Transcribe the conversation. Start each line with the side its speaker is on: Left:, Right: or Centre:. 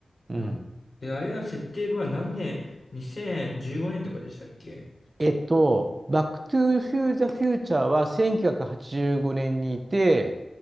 Left: なで、
Right: うん。
Left: あれの設定は何年 ?2015 年とかでしたっけ
Right: えっと、バックトゥーフューザフューチャーは1985年にいて、